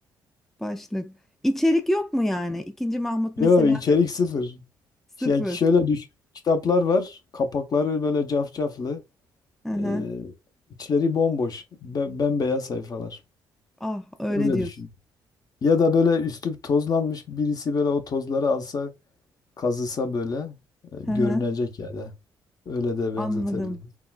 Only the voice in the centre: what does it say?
başlık. İçerik yok mu yani? İkinci Mahmut mesela
sıfır.
Hı hı.
Ah öyle
diyorsun.
Hı
hı.
Anladım.